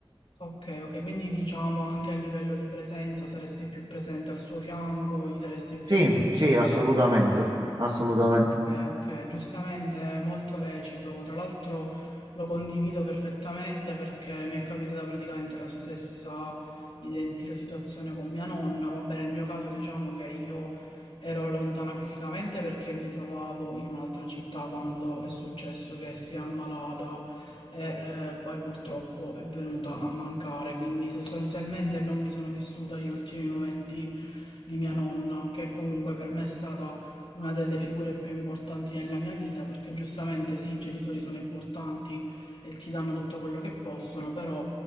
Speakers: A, on the left; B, on the right.
A: ok, ok, quindi diciamo anche a livello di presenza saresti più presente al suo fianco, gli daresti più
B: Sì,
A: attenzione.
B: sì, assolutamente, assolutamente.
A: Ok, ok, giustamente, è molto lecito. Tra l'altro lo condivido perfettamente perché mi è capitata praticamente la stessa identica situazione con mia nonna. Vabbè, nel mio caso diciamo che io ero lontana fisicamente perché mi trovavo in un'altra città quando è successo che si è ammalata e eh, poi purtroppo è venuta a mancare. Quindi sostanzialmente non mi sono vissuta gli ultimi momenti di mia nonna, che comunque per me è stata una delle figure più importanti nella mia vita, perché giustamente sì, i genitori sono importanti e ti danno tutto quello che possono, però